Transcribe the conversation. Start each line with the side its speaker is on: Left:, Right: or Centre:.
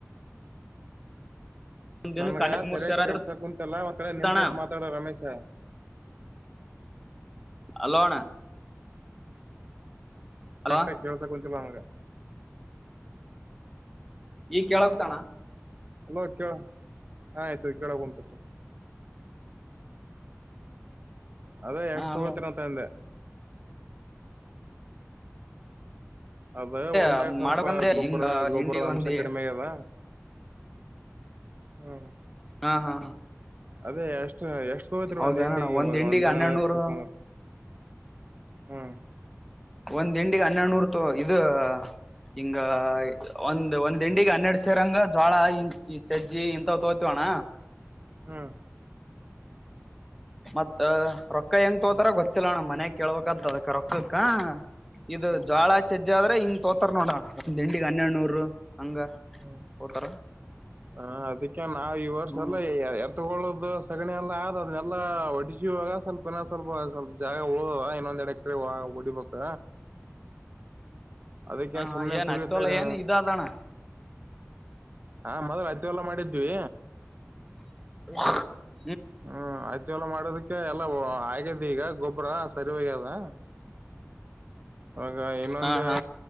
Centre: ದಿನಕ್
Right: ನನ್ಗ
Centre: ಹನ್ನೆರಡ್ ಮೂರ್
Right: ಸರಿಯ
Centre: ಸಾವಿರ
Right: ಕೆಲ್ಸ ಕುಂತಿಲ್ಲ ಒಂದ್ ಕಡೆ ನಿಂದ್ಗಸ್
Centre: ಅಣ್ಣ
Right: ಮಾತಾಡೂ ರಮೇಶ
Centre: ಅಲೋ ಅಣ್ಣಾ ಹಲೋ
Right: ಕರೆಕ್ಟ್ ಆಗ ಕೆಲ್ಸ ಕುಂತಿಲ್ಲ ನನಗ
Centre: ಈಗ ಕೇಳ ಕುಂತದಣ್ಣ
Right: ಅಲೋ ಕೇಳ ಹಾ ಆ್ಯಕ್ಚುಯಲಿ ಕೇಳಕುಂತತ್ ಅದೇ
Centre: ಹಾ
Right: ಎಷ್ಟ
Centre: ಹಲೋ
Right: ತೊಗೋತೀರ ಅಂತ ಅಂದೆ ಅದ ಹೊಲ್ದಾಗ
Centre: ಅದ್
Right: ಸ್ವಲ್ಪ
Centre: ಮಾಡಕಂದ್ರೆ
Right: ಗೊಬ್ಬರ
Centre: ಹಿಂಗ
Right: ಗೊಬ್ಬರದ
Centre: ಹಿಂಡಿಗ್ ಒಂದಿ
Right: ಅಂಶ ಕಡಿಮೆ ಅದ.. ಹ್ಮ್
Centre: ಹಾ ಹಾ
Right: ಅದೇ ಎಷ್ಟ ಎಷ್ಟ್ ತಗೋತ್ರಿ
Centre: ಹೌದಣ
Right: ಒಂದ್ ಹಿಂಡಿ ಇವಾಗ
Centre: ಒಂದ್ ಹಿಂಡಿಗೆ
Right: ಒಂದ್ರಲ್
Centre: ಹನ್ನೆರಡ್ನೂರು
Right: ಎರಸ್ ಬೇಕ್ ಅಂದ್ರ. ಹ್ಮ್
Centre: ಒಂದ್ ಹಿಂಡಿಗ್ ಹನ್ನೆರಡ್ನೂರ್ ತೋ ಇದ ಹಿಂಗ ಒಂದ್ ಒಂದ್ ತಿಂಡಿ ಹನ್ನೆರಡ್ ಸೇರಂಗ ಜೋಳ ಇಂಚಿ ಚಜ್ಜಿ ಇಂತವ್ ತೋಗೊತಿವ್ವಣ್ಣ.
Right: ಹ್ಮ್
Centre: ಮತ್ತ ರೋ ಎನ್ ತೋಗೋತಾರ್
Right: ಹ್ಮ್
Centre: ಗೊತ್ತಿಲ್ಲಣ ಮನ್ಯಾಗ್ ಕೇಳ್ಬೇಕಾದ್ದ ಅದಕ್ಕ ರೊಕ್ಕಕ್ಕ. ಇದು
Right: ಹ್ಮ್ ಹ್ಮ್
Centre: ಜೋಳ ಚಜ್ಜ ಆದ್ರೆ ಇ ತೋಗೋತಾರ ನೋಡಣ ಒಂದ್ ಹಿಂಡಿಗ್ ಹನ್ನೆಡ್ ನೂರು ಹಂಗ
Right: ಹ್ಮ
Centre: ತೋತಾರ
Right: ಹಾ ಅಭಿ. ನಾವ್ ಈ ವರ್ಷ
Centre: ಹ್ಮ್
Right: ಎಲ್ಲ ಎತ್ತಗೊಳೋದು ಸಗಣಿ ಅಲ್ಲ.. ಆದ್ದದೆಲ್ಲ ಹೊಡಸಿವಾಗ ಸ್ವಲ್ಪ ನ ಸ್ವಲ್ಪ ಸ್ವಲ್ಪ ಜಾಗ ಹೋಗವ ಇನ್ನೊಂದ್ ಎಡ ಎಕ್ರಿ ಹೊಡಿಬೇಕ್. ಅದಕ್ಕೆ
Centre: ಹ ಹಾ
Right: ಸುಮ್ನೆ
Centre: ಏನ್
Right: ಕುರಿಯುತ್ತರೆ.
Centre: ಹತ್ತೋಲ್ಲ ಏನ್ ಇದ ಅದಣ
Right: ಹಾ ಮೊದಲ ಹತ್ತಿ ಹೊಲ ಮಾಡಿದ್ವಿ
Centre: <unintelligible>
Right: ಹ್ಮ್ ಹತ್ತಿ ಹೊಲ ಮಾಡಿದಿಕ್... ಎಲ್ಲ ಹಾ ಆಗ್ಯದ ಈಗ ಗೊಬ್ಬ್ರ ಸರಿ ಹೋಗ್ಯದ ವಾಗ ಇನ್ನೊಂದೇ
Centre: ಹಾ ಹಾ